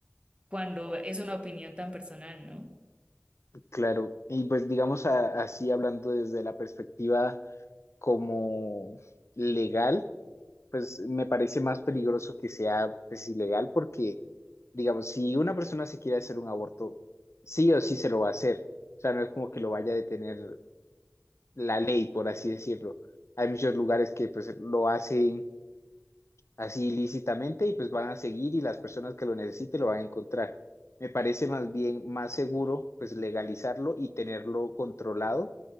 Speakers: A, on the right; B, on the left.
A: cuando es una opinión tan personal, ¿no?
B: Claro, y pues digamos a- así hablando desde la perspectiva como legal, pues me parece más peligroso que sea pues ilegal porque, digamos, si una persona se quiere hacer un aborto, sí o sí se lo va a hacer. O sea, no es como que lo vaya a detener la ley, por así decirlo. Hay muchos lugares que pues lo hacen así ilícitamente y pues van a seguir y las personas que lo necesiten lo van a encontrar. Me parece más bien más seguro pues legalizarlo y tenerlo controlado,